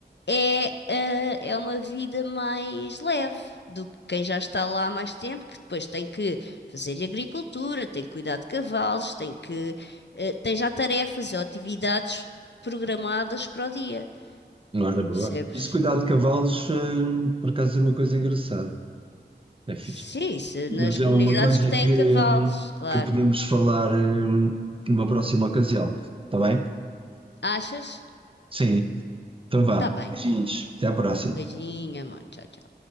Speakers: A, on the left; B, on the right.
A: é, ah, é uma vida mais leve do que quem já está lá há mais tempo, que depois tem que fazer agricultura, tem que cuidar de cavalos, tem que, ah, tem já tarefas ou atividades programadas para o dia,
B: Não é boa.
A: percebes?
B: Isso, cuidado de cavalos, hum, por acaso é uma coisa engraçada. É fixe.
A: Sim, isso,
B: Mas
A: nas comunidades
B: é uma coisa
A: que
B: que,
A: têm cavalos, claro.
B: que podemos falar eh, numa próxima ocasião, está bem?
A: Achas?
B: Sim, então vá.
A: Tá bem.
B: Beijinhos, até à próxima.
A: Beijinho, amor. Tchau, tchau.